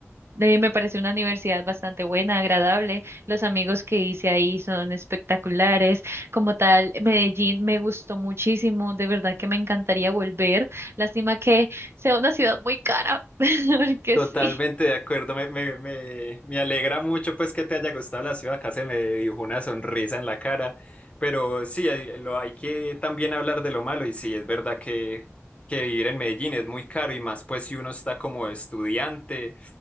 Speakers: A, on the right; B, on the left.
A: Eh, me parece una universidad bastante buena, agradable. Los amigos que hice ahí son espectaculares. Como tal, Medellín me gustó muchísimo. De verdad que me encantaría volver. Lástima que sea una ciudad muy cara, <laughs> porque
B: Totalmente
A: sí.
B: de acuerdo, me, me, me, me alegra mucho pues que te haya gustado la ciudad, acá se me dibujó una sonrisa en la cara, pero sí, hay, lo, hay que también hablar de lo malo y sí, es verdad que, que vivir en Medellín es muy caro y más pues si uno está como estudiante,